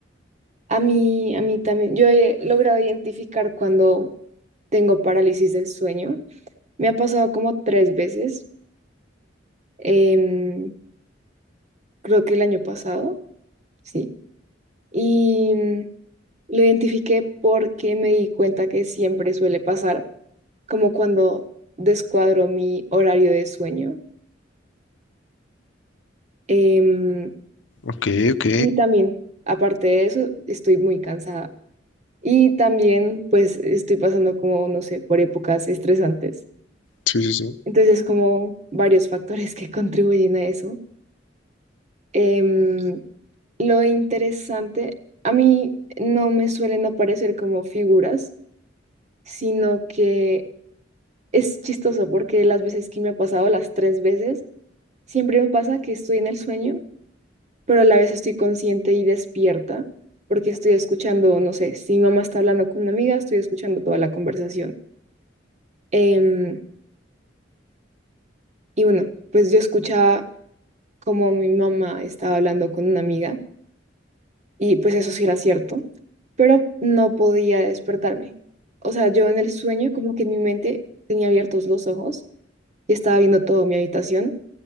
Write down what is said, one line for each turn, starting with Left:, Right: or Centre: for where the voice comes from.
Right: A mí, a mí también, yo he logrado identificar cuando tengo parálisis del sueño Me ha pasado como tres veces, em, creo que el año pasado, sí. Y mm, lo identifiqué porque me di cuenta que siempre suele pasar, como cuando descuadro mi horario de sueño. Em,
Left: Ok, ok.
Right: y también, aparte de eso, estoy muy cansada. Y también, pues, estoy pasando como, no sé, por épocas estresantes.
Left: Sí, sí, sí.
Right: Entonces, como varios factores que <laughs> contribuyen a eso. Em, Lo interesante, a mí no me suelen aparecer como figuras, sino que es chistoso porque las veces que me ha pasado, las tres veces, siempre me pasa que estoy en el sueño, pero a la vez estoy consciente y despierta porque estoy escuchando, no sé, si mi mamá está hablando con una amiga, estoy escuchando toda la conversación. Em, y bueno, pues yo escuchaba como mi mamá estaba hablando con una amiga Y pues eso sí era cierto, pero no podía despertarme. O sea, yo en el sueño como que en mi mente tenía abiertos los ojos y estaba viendo todo mi habitación,